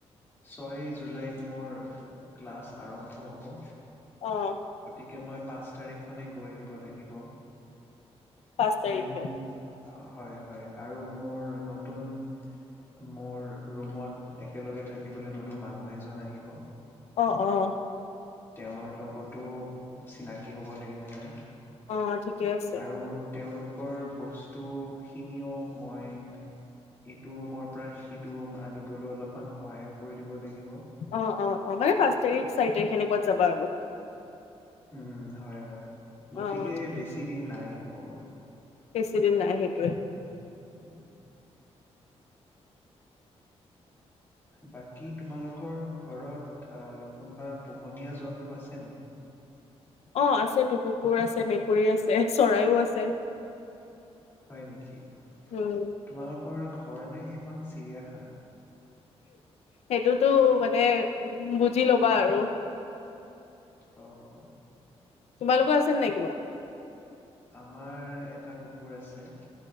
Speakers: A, on the left; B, on the left.
A: ছয় জুলাইত মোৰ ক্লাছ আৰম্ভ হ'ব।
B: অ হ
A: গতিকে মই পাঁচ তাৰিখ মানে গৈ আহিম। <unintelligible> লাগিব
B: পাঁচ তাৰিখে
A: এম অ হয় হয় আৰু মোৰ নতুন মোৰ ৰুমত একেলগে থাকিবলৈ নতুন মানুহ এজন আহিব।
B: অ অ
A: তেওঁৰ লগত টো চিনাকি হ'ব লাগিব মই
B: অ ঠিকে আছে।
A: আৰু তেওঁলোকৰ বস্তুখিনিও মই এইটো ৰুমৰ পৰা সিটো ৰুম আনিবলৈ অলপমান সহায়ো কৰি দিব লাগিব।
B: অ অ অ মানে পাঁচ তাৰিখ চাৰি তাৰিখ সেনেকুৱাত যাবা আৰু
A: উম হয় হয় গতিকে
B: অ ঠিকে
A: বেছি
B: আছে
A: দিন নাইয়ে ক'ব গ'লে
B: বেছিদিন নাই সেইটোৱে
A: উ বাকী তোমালোকৰ ঘৰত কোনোবা পোহনীয়া জন্তু আছে নি
B: অ আছে কুকুৰ আছে, মেকুৰী আছে, চৰাইও আছে,
A: হয় নেকি
B: উম
A: তোমালোকৰ ঘৰ নে সেইখন চিৰিয়াখানা?
B: সেইটোতো মানে উ বুজি লবা আৰু
A: অঁ অঁ
B: তোমালোকৰ আছে নাই কিবা
A: আমাৰ এটা কুকুৰ আছে